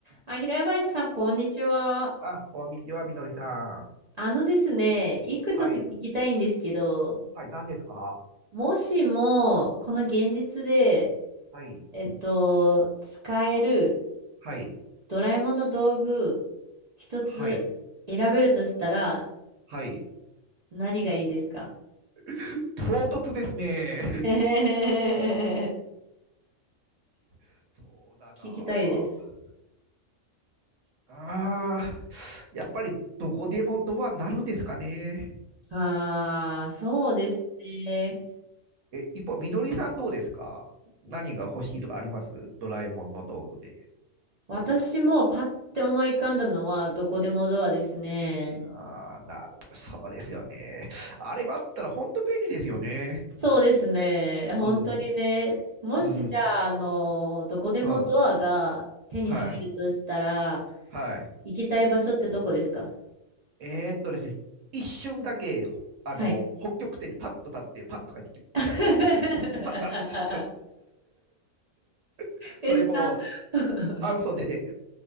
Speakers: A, on the right; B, on the right.
A: あ、平林さん、こんにちは。
B: あ、こんにちは、みのりさん。
A: あのですね、一個ちょっと聞きたいんですけど、
B: はい。はい、何ですか
A: もしも、この現実で、
B: はい。
A: えっと、使える
B: はい。
A: ドラえもんの道具、一つ選べるとしたら、
B: はい。はい。
A: 何がいいですか
B: <laughs> 唐突ですね。
A: <laughs>
B: <laughs> そうだな
A: 聞きたいです。
B: あ。ああ、やっぱりどこでもドアになるんですかね。
A: ああ、そうですね。
B: え、一方、みのりさんどうですか何が欲しいとかありますドラえもんの道具で。
A: 私もパッて思い浮かんだのは、どこでもドアですね。
B: ああ、なる、そうですよね。あれがあったら本当便利ですよね。
A: そうですね。
B: うん、
A: 本当にね、もしじゃあ、
B: うん、
A: あの、どこでもドアが手に入るとしたら、
B: うん、はい、はい。
A: 行きたい場所ってどこですか
B: えーっとですね、一瞬だけ、ほあの、
A: はい。
B: 北極点にパッと立って、パッと帰ってきたいですね。
A: <laughs>
B: パッパッって。<laughs>
A: え、
B: それも、
A: さ、<laughs>
B: 半袖で、